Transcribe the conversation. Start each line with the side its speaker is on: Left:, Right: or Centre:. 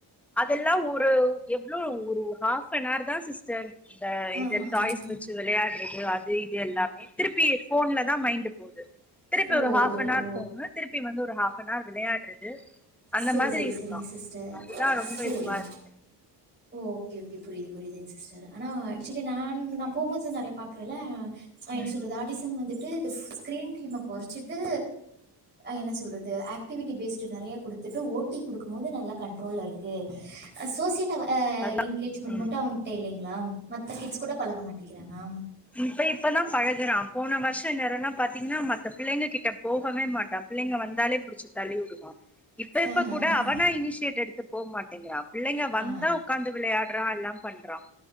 Centre: ல்லாம் ஒரு எவ்வளோ ஒரு ஹாப்ஃப்ப நார் தா சிஸ்டர் இந்த
Right: ஆஹஹா!
Centre: இத டாய்ஸ் வச்சு வெலையாடறது அது இது எல்லாமே திருப்பி போன்ல தான் மைண்ட் போது திருப்பி
Right: ஓ,
Centre: ஒரு ஹாஃப்னர்
Right: ஓ, ஓ!
Centre: போனு திருப்பி வந்து ஒரு ஹாப் இனா விளையாடுறது அந்த
Right: சரி
Centre: மாதிரி
Right: சரி
Centre: இருக்கு
Right: சரிங்க சிஸ்டர்
Centre: அதுதா ரொம்ப
Right: சரிங்க
Centre: இதுவா இருக்கு
Right: ஓகே ஓகே புரியுது புரியுதுங்க சிஸ்டர் ஆனால் ஆக்சுவலி நான் நான் போம்போது நிறையா பார்க்கறேல அ ன்ன
Centre: ம்
Right: சொல்றது ஆடிசம் வந்துட்டு ஸ்கீரீன டைம குறைச்சிட்டு என்ன சொல்றது ஆக்டிவிட்டி பேஸ்ட் நிறைய கொடுத் த்துட்டு ஓட்டி கொடுக்கும் போது நல்ல கண்ட்ரோல இருக்கு சோசியல அவ
Centre: அதா
Right: என்கேஜ்மெண்ட்
Centre: ம்
Right: மட்டும் அவன்ட இல்லைங்க மத்த கிட்ஸ் கூட பழக மாட்டேிக்கிறானா
Centre: இப்ப இப்பதான் பழகுறான் போன வருஷம் இன்நேரம்னா பாத்தீங்கன்னா மத்த பிள்ளைங்க கிட்ட க போகவே மாட்டான் பிள்ளைங்க வந்தாலே புடிச்சு தள்ளி விடுவான் இப்ப இப்ப
Right: ஆஹஹஹ.
Centre: கூட அவனா இனிஷியேட் எடுத்து போ மாட்டேங்கிறான் இல்லைங்க வந்தா
Right: ஆ.
Centre: உட்கார்ந்து விளையாடுறான் எல்லாம் பண்றான்